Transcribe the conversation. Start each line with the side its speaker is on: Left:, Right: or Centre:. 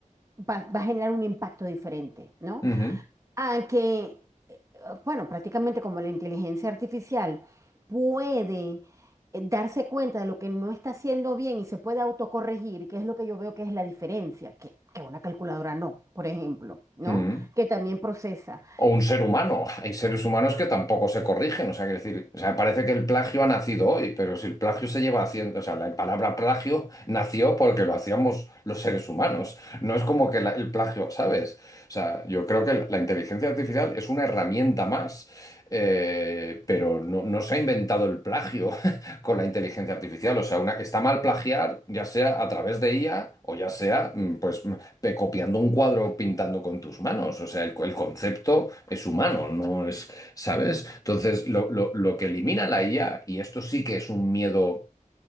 Right: va, va a generar un impacto diferente, ¿no?
Left: ujú,
Right: A que bueno, prácticamente como la inteligencia artificial puede eh, darse cuenta de lo que no está haciendo bien y se puede autocorregir, que es lo que yo veo que es la diferencia, que, que una calculadora no, por ejemplo, ¿no?
Left: ujú.
Right: Que también procesa.
Left: O un ser humano. Hay seres humanos que tampoco se corrigen. O sea, quiero decir, o sea, parece que el plagio ha nacido hoy, pero si el plagio se lleva haciendo, o sea, la palabra plagio nació porque lo hacíamos los seres humanos. No es como que la- el plagio, ¿sabes? O sea, yo creo que la, la inteligencia artificial es una herramienta más, eh, pero no, no se ha inventado el plagio <laughs> con la inteligencia artificial. O sea, una- está mal plagiar, ya sea a través de IA o ya sea, mm, pues pe- copiando un cuadro, pintando con tus manos. O sea, el, el concepto es humano, no es, ¿sabes? Entonces, lo, lo, lo que elimina la IA, y esto sí que es un miedo